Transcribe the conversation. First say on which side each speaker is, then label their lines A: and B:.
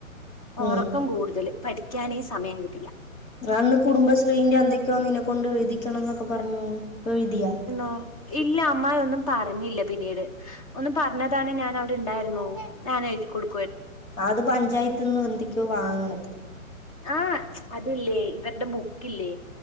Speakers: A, on the left; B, on the left.
A: ഒറക്കം
B: ഉം
A: കൂടുതല് പഠിക്കാനേ സമയങ്കിട്ടില്ല
B: <unintelligible> കുടുംബശ്രീന്റെന്തൊക്യോ നിന്നെക്കൊണ്ട് എഴുതിക്കണംന്നൊക്കെ പറഞ് എഴ്തിയ
A: ഓ ഇല്ല അമ്മായൊന്നും പറ പിന്നീട് ഒന്ന് പറഞ്ഞതാണെ ഞാനവിടെണ്ടാര്ന്നു ഞാനെഴുതി കൊടു
B: അത് പഞ്ചായത്തിന്നെന്തിക്കോ വാങ്ങണത്രെ
A: ആ അതില്ല്യെ ഇവര്ടെ ബുക്കില്ലേ